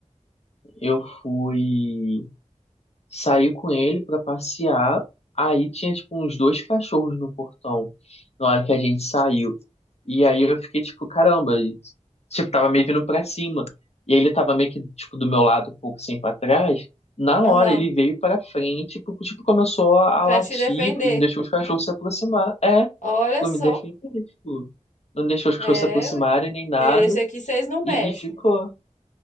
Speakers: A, on the left; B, on the left.
A: eu fui saiu com ele pra passear. Aí tinha, tipo, uns dois cachorros no portão na hora que a gente saiu. E aí eu fiquei, tipo, caramba, e, tipo, tava meio vindo pra cima. E ele tava meio que, tipo, do meu lado, um pouco assim pra trás. Na
B: Aham.
A: hora ele veio pra frente, tipo, tipo começou a,
B: Pra
A: a latir,
B: te defender.
A: porque não deixou os cachorros se aproximar. É,
B: Olha
A: pra
B: só.
A: me defender, tipo, não deixou os
B: É.
A: cachorros se aproximarem
B: ué.
A: nem nada.
B: Ele, Esse aqui vocês não
A: E,
B: mexem.
A: e ficou.